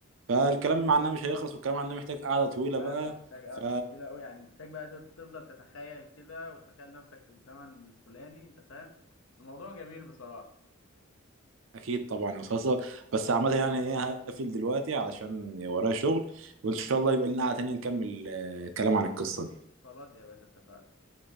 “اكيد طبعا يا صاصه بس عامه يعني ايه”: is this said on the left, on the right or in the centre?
Right